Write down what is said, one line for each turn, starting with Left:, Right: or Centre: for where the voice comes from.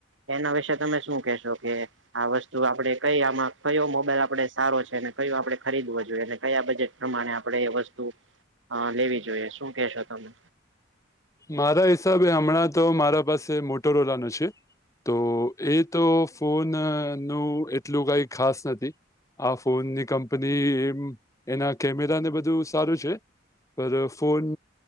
Right: એના વિશેે તમે શું કેશો કે આ વસ્તુ આપડે કઈ આમાં કયો મોબાઈલ આપડે સારો છેને કયો આપડે ખરીદવો જોઈ ને કયા બજેટ પ્રમાણે આપણે એ વસ્તુ હા લેવી જોઈએ શું કેશો તમે
Left: મારા હિસાબે હમણાં તો મારા પાસે મોટો રોલા નો છે. તો એ તો ફોન નું એટલું કઈ ખાસ નથી. આ ફોનની કંપની એમ એના કેમેરા ને બધું સારું છે. પર ફોન